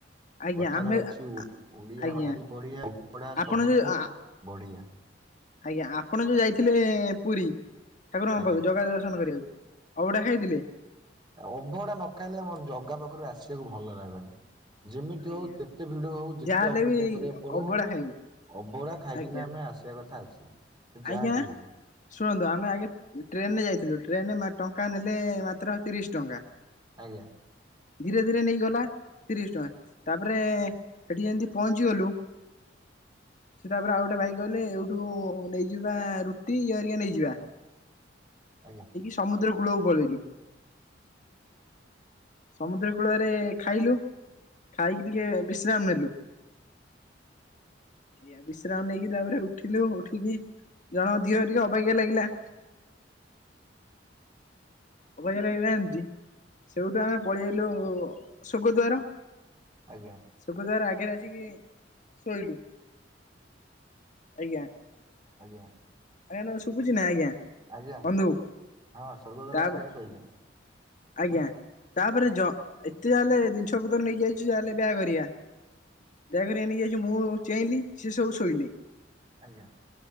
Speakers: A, on the left (about 45°); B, on the right (about 25°).
A: ଆଜ୍ଞା
B: କଥାରେ
A: ଆମେ
B: ଅଛି ଓ-ଓଡିଆ
A: ଆଜ୍ଞା
B: ଭାରି ବଢିଆ, ଅବଢ଼ା
A: ଆପଣ
B: ସବୁଠୁ
A: ଯୋଉ ଆ
B: ବଢିଆ।
A: ଆଜ୍ଞା ଆପଣ ଯୋଉ ଯାଇଥିଲେ ପୁରୀ। ଠାକୁରଙ୍କ
B: ଆଜ୍ଞା
A: ପାଖକୁ ଜଗା ଦର୍ଶନ କରିବାକୁ, ଅବଢ଼ା ଖାଇଥିଲେ?
B: ଅବଢ଼ା ନଖାଇଲେ ଆମର ଜଗା ପାଖରୁ ଆସିବାକୁ ଭଲ ଲାଗେନି। ଯେମିତି
A: ଆଜ୍ଞା
B: ହଉ ଯେତେ ଭିଡ ହଉ ଯେତେ
A: ଯାହାହେଲେ
B: ଅପେକ୍ଷା
A: ବି
B: କରିବାକୁ ପଡୁ
A: ଅବଢା ଖାଇବୁ
B: ଅବଢା ଖାଇକିନା
A: ଆଜ୍ଞା
B: ଆମେ ଆସିବା କଥା ଆସିବୁ। ସେ ଯାହା
A: ଆଜ୍ଞା?
B: ବି ହେଇଯାଉ
A: ଶୁଣନ୍ତୁ ଆମେ ଆଗେ ଟ୍ରେନରେ ଯାଇଥିଲୁ, ଟ୍ରେନରେ ଟଙ୍କା ନେଲେ ମାତ୍ର ତିରିଶ ଟଙ୍କା।
B: ଆଜ୍ଞା।
A: ଧୀରେ ଧୀରେ ନେଇଗଲା। ତିରିଶ ଟଙ୍କା ତାପରେ ସେଠି ଯେମିତି ପହଞ୍ଚିଗଲୁ। ସେ ତାପରେ ଆଉ ଗୋଟେ ଭାଇ କହିଲେ ଏଇଠୁ ନେଇଯିବା ରୁଟି ଇଏହେରିକା ନେଇଯିବା।
B: ଆଜ୍ଞା
A: ସମୁଦ୍ର କୂଳକୁ ପଳେଇଲୁ। ସମୁଦ୍ର କୂଳରେ ଖାଇଲୁ ଖାଇକି ଟିକେ ବିଶ୍ରାମ ନେଲୁ। ଏଆ ବିଶ୍ରାମ ନେଇକି ତାପରେ ଉଠିଲୁ ଉଠିକି ଜଣଙ୍କ ଦିହ ଟିକେ ଅବାଗିଆ ଲାଗିଲା। ଅବାଗିଆ ଲାଗିଲା ଯେମିତି ସେଇଠୁ ଆମେ ପଳେଇଆଇଲୁ ସୋଗଦ୍ୱାର।
B: ଆଜ୍ଞା।
A: ସୋକଦ୍ୱାର ଆଗରେ ଆସିକି ଶୋଇଲୁ ଆଜ୍ଞା।
B: ଆଜ୍ଞା।
A: ଆଜ୍ଞା ନା ଶୁଭୁଚି ନା ଆଜ୍ଞା।
B: ଆଜ୍ଞା ଆଜ୍ଞା
A: ବନ୍ଧୁ
B: ହଁ ସ୍ଵଗଦ୍ୱାର
A: ତାପରେ
B: ଆଗରେ ଶୋଇଲେ।
A: ଆଜ୍ଞା। ତାପରେ ଯ ଏତେ ଯାହାହେଲେ ଜିନିଷ ପତ୍ର ନେଇକି ଆଇଚୁ ଯାହେଲେ ବ୍ୟାଗ ହେରିକା। ବ୍ୟାଗ୍ ହେରିକା ନେଇକି ଆଇଚି ମୁଁ ଚେଇଁଲି ସେ ସବୁ ଶୋଇଲେ।
B: ଆଜ୍ଞା।